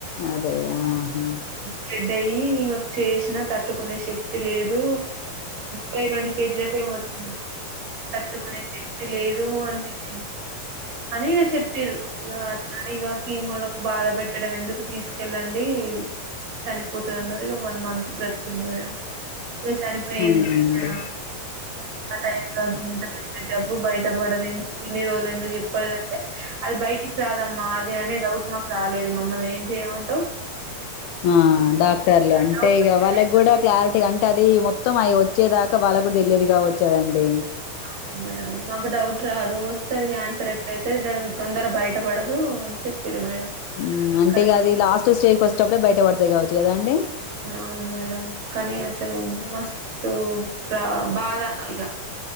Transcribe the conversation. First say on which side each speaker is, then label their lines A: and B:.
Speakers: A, on the left (about 80°); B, on the right (about 65°).
A: అదే ఆహా
B: స్ప్లిడ్ అయ్యి వచ్చేశినా తట్టుకునే శక్తి లేదు పై రండు కేజీలకు ఏమవుతుంది తట్టుకునే శక్తి లేదు అనిపించింది అనేదో చెప్పిరు ఇగ అట్లానే ఇగా కీమోలకు బాధ పెట్టడం ఎందుకు తీసుకెళ్ళండి కనిపోతదన్నారు ఇగ వన్ మంత్ బ్రతికింది మేడం ఇంకా చనిపోయింది
A: అవునండి
B: ఆ ఆ టైమ్ అ ఇంత పెద్ద జబ్బు బయటపడది ఎం క ఇన్ని రోజులు ఎందుకు చెప్పలేదంటే అది బయటికి రాదమ్మా అదే అనే డౌట్ మాకు రాలేదు మమ్మల్ని ఏం చెయమంటావు
A: ఆ డాక్ సర్లే అంతే
B: డౌట్
A: ఇక వాళ్ళకి కూడా క్లారిటీ అంటే అది మొత్తం అవి వచ్చేదాకా వాళ్ళకి కూడా తెలియదు ఇగ వచ్చేదండి
B: అవును మేడం మాకు డౌట్ రాదు వస్తే అది క్యాన్సర్ ఎట్లయితే దెన్ తొందర బయటపడదు అని చెప్ పేరు మేడం
A: ఉమ్ అంటే
B: కానీ
A: ఇగ అది లాస్ట్ స్టేజ్కి వచ్చేటప్పుడే బయట పడతాయి కావచ్చు కదా అండి
B: అవును మేడం కానీ అసలు మస్త్ తో ప్ర బాధ ఇక